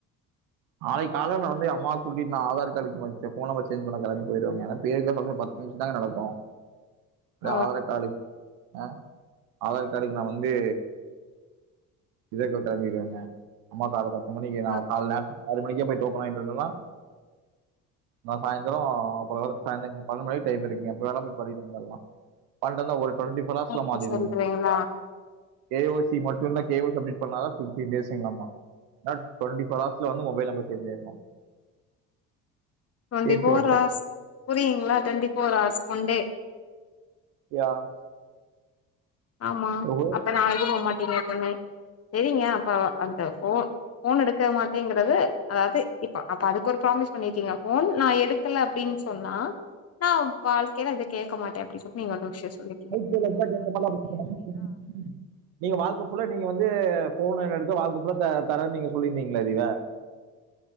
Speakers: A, on the right; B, on the left.
A: நாளைக்கு காலேல நா வந்து அம்மாவ கூட்டிட்டு நா ஆதார் கார்டுக்கு மச்ச ஃபோன் நம்பர் சேஞ்ச் பண்ண கிளம்பி போயிருவங்க அதா பேருக்குதா <unintelligible> நிமிஷோ தாங்க நடக்கு அப்டியே
B: ஆ
A: ஆதார் கார்டு ஆ ஆதார் கார்டுக்கு நா வந்து இத இப்போ கெளம்பிற்வங்க அம்மா காலேல பத்து மணிக்கு நா
B: ஆ
A: காலேல லேப் ஆறு மணிக்கே போய் டோக்கன் வாங்கிட்டு வந்தர்லா நா சாய்ந்தரோ போல வார்க் சானிக் பன்னண்டு மணி வரைக் டைம் இருக்குங்க எப்ப வேணா போய் பண்ணிட்டு வந்தற்லா பன்னன்டுனா ஒரு டுவெண்ட்டி ஃபோர் ஹார்ஸ்ல
B: அப்டி
A: மாத்திற்வங்க
B: சொல்றீங்களா
A: கே ஓ சி மட்டுனா கே ஓ சி அப்டேட் பண்ணாதா ஃபிப்டி டேஸ்ஸுங்களாமா டா டொண்டி ஃபோர் ஹார்ஸ்ல வந்து மொபைல் நம்பர் சேஞ்சாயிருமா
B: டொண்டி
A: கேட்டு
B: ஃபோர்
A: வரட்டேன்
B: ஹார்ஸ் புரியீங்களா twenty four hours one day
A: யா
B: ஆமா
A: ஓஹோ
B: அப்ப நாளைக்கு போமாட்டீங்க சென்னை செரிங்க அப்ப அந்த ஃபோ ஃபோன் எடுக்க மாட்டேங்கிறது அதாவது இப்ப அப்ப அதுக்கு ஒரு ப்ராமிஸ் பண்ணிருக்கீங்க ஃபோன் நா எடு க்கல அப்டின் சொன்னா நா வாழ்க்கேல இத கேக்க மாட்டே அப்டி சொல்ட்டு நீங்க ஒரு விஷ்யோ சொல்லி
A: லைஃப் ஸ்டெய்ல இருந்தா கேக்க மாட்டே <unintelligible> நீங்க வாழ்க்க ஃபுல்லா நீங்க வந்து ஃபோனுன் எடுத்தா வாழ்க்க ஃபுல்லா த தரன் நீங்க சொல்லிருந்தீங்ளா இதிர